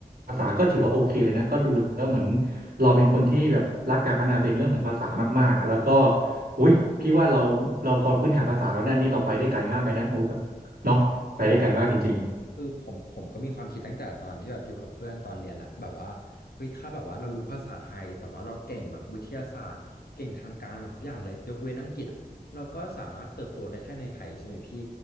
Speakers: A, on the right; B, on the left.
A: าษาก็ถือว่าโอเคเลยนะก็ดูแล้วเหมือนเราเป็นคนที่แบบรักการพัฒนาตัวเองเรื่องของภาษามากๆอะแล้วก็อุ้ยพี่ว่าเราเราพอพื้นฐานภาษาแล้วเนี่ยนี่เราไปได้ไกลมากไปนะโอ้แบบเนาะไปได้ไกลมากจริง
B: ใช่ใช่ คือผมผมก็มีความคิดตั้งแต่ตอนที่แบบอยู่กับเพื่อนตอนเรียนแหละแบบว่าเฮ้ยถ้าแบบว่าเรารู้ภาษาไทยแต่ว่าเราเก่งแบบวิทยาศาสตร์เก่งทางการหมดทุกอย่างเลยยกเว้นอังกฤษอะเราก็สามารถเติบโตได้แค่ในไทยใช่ไหมพี่